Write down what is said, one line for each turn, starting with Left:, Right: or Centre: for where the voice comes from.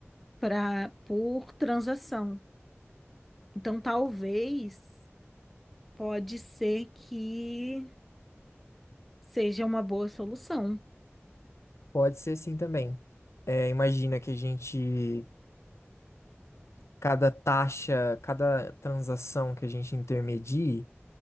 Centre: para por transação. Então talvez pode ser que seja uma boa solução.
Left: Pode ser sim também. É, imagina que a gente, cada taxa, cada transação que a gente intermedie,